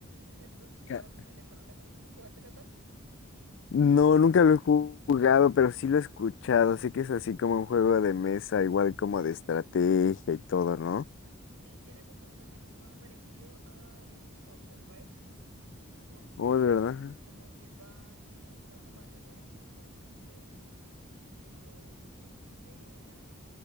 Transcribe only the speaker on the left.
Ca-
No, nunca lo he jugado, pero sí lo he escuchado. Sé que es así como un juego de mesa, igual como de estrategia y todo, ¿no?
Oh, de verdad.